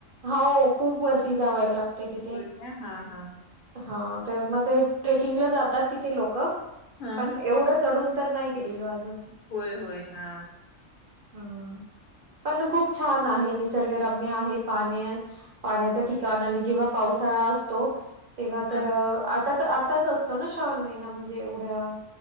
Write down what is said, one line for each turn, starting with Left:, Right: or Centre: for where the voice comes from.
Right: हो खूप वरती जाव लागते तिथे.
Left: होय काय हा हा
Right: हा... तर म ते ट्रेकिंगला जातात तिथे लोक?.
Left: हा
Right: पण एवढं चढून मी तर नाही गेलेलो अजून
Left: होय, होय, हा.
Right: ह. पण खूप छान आहे, निसर्गरम्य आहे, पाण्या-पाण्याच ठिकाण आणि जेव्हा पावसाळा असतो तेव्हा
Left: हा
Right: तर आता तर आता- आताच असतो ना, श्रावण महिना- म्हणजे एवढ्या